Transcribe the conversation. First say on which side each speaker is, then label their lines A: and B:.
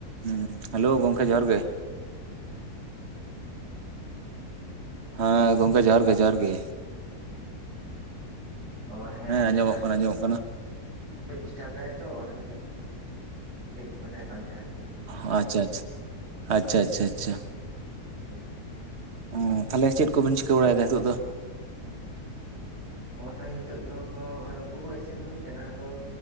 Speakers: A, on the right; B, on the right.
A: ᱦᱮᱸ ᱦᱮᱞᱳ ᱜᱚᱝᱠᱮ ᱡᱚᱦᱟᱨ ᱜᱮ ᱦᱮᱸ ᱜᱚᱢᱠᱮ ᱡᱚᱦᱟᱨ ᱜᱮ ᱡᱚᱦᱟᱨ ᱜᱮ
B: ᱚ ᱦᱮᱸ
A: ᱟᱸᱡᱚᱢᱚᱜ
B: ᱡᱚᱦᱟᱨ
A: ᱠᱟᱱᱟ
B: ᱜᱮ
A: ᱟᱸᱡᱚᱢᱚᱜ ᱠᱟᱱᱟ
B: ᱰᱤᱥᱴᱟᱵ ᱫᱟᱭ ᱛᱚ ᱚᱱᱟᱜ ᱢᱮᱱᱮᱫ ᱠᱟᱱ ᱛᱟᱦᱮᱸᱱᱟ ᱟᱨᱠᱤ
A: ᱚ ᱟᱪᱪᱷᱟ ᱟᱪᱷᱟ ᱟᱪᱪᱷᱟ ᱟᱪᱪᱷᱟ ᱟᱪᱪᱷᱟ
B: <inaudible>
A: ᱚᱻ ᱛᱟᱦᱚᱞᱮ ᱪᱮᱫ ᱠᱚᱵᱤᱱ ᱪᱤᱠᱟᱹ ᱵᱟᱲᱟᱭᱮᱫᱟ ᱱᱤᱛᱚᱜ ᱫᱚ
B: ᱱᱚᱜᱼᱚᱭ ᱱᱤᱛᱳᱜ ᱫᱚ ᱱᱚᱜᱚᱭ ᱩᱛᱩ ᱠᱚ ᱤᱥᱤᱱ ᱦᱩᱭ ᱠᱟᱱᱟ ᱟᱫᱚ